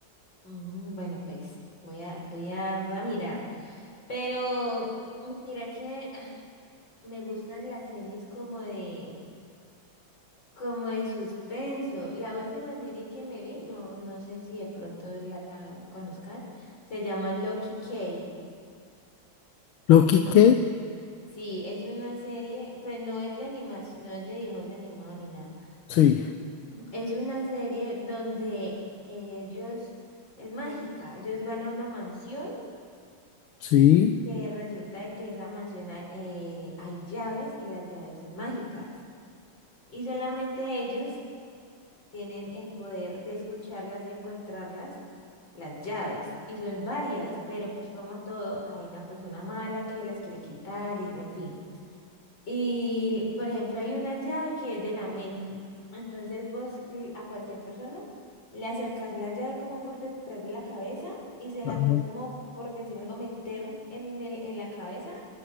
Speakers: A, on the left; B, on the left.
A: Mm, bueno, pues voy a, voy a, voy a mirar. Pero mira que ah, me gustan las series como de Como de suspenso. La última serie que me vi, no, no sé si de pronto la conozcas, se llama Loki K.
B: ¿Loki K?
A: Sí, es una serie, pues no es de animación, no es de dibujos animados ni nada.
B: Sí,
A: Es una serie donde ellos, es mágica, ellos van a una mansión
B: sí.
A: que resulta de que esa mansión hay, eh, hay llaves y las llaves son mágicas. Y solamente ellos tienen el poder de escucharlas, de encontrarlas, las llaves. Y son varias, pero pues como todo, hay una persona mala que se las quiere quitar y en fin. Y por ejemplo, hay una llave que es de la mente. Entonces vos l- a cualquier persona le acercas la llave como por detrás de la cabeza y se la
B: Ah,
A: puedes como por decir algo meter en el, en la cabeza